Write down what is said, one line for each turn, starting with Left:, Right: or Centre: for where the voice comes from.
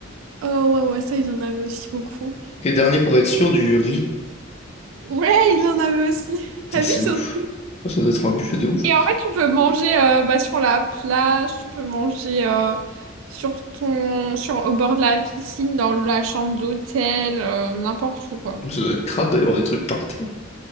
Right: Oh ouais, ouais, ça, ils en avaient aussi beaucoup.
Left: Ok, dernier pour être sûr, du riz.
Right: Ouais, ils en avaient aussi. T'as
Left: Putain, c'est
Right: vu, surtout
Left: ouf. Ça doit être un buffet de ouf.
Right: Et en fait, tu peux manger euh, bah, sur la plage, tu peux manger euh, sur ton, sur, au bord de la piscine, dans la chambre d'hôtel, euh, n'importe où, quoi.
Left: Ça doit être crade d'ailleurs, des trucs par terre.